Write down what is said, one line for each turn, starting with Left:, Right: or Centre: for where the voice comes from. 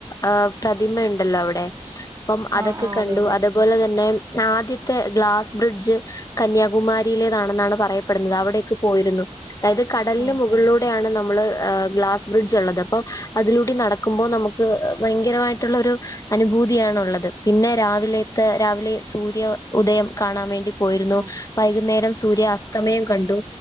Left: ആഹ് പ്രതിമ ഉണ്ടല്ലോ അവിടെ അപ്പം അതൊക്കെ
Right: ആ ആ
Left: കണ്ടു
Right: അതെ അതെ
Left: അതുപോലെ തന്നെ ആദ്യത്തെ ഗ്ലാസ് ബ്രിഡ്ജ് കന്യാകുമാരിയിലേതാണെന്നാണ് പറയപ്പെടുന്നത് അവിടെേക്കെ പോയിരുന്നു അതായത് കടലിന്
Right: ആ
Left: മുകളിലൂടെയാണ് നമ്മള് ആഹ് ഗ്ലാസ് ബ്രിഡ്ജ് ഉള്ളത് അപ്പൊ അതിലൂടി നടക്കുമ്പോൾ നമുക്ക് ഭയങ്കരമായിട്ടുള്ളരു അനുഭൂതിയാണുള്ളത് പിന്നെ രാവിലെത്തെ രാവിലെ സൂര്യോ ഉദയം കാണാൻ വേണ്ടി പോയിരുന്നു
Right: ആ
Left: വൈകുന്നേരം സൂര്യ അസ്തമയം കണ്ടു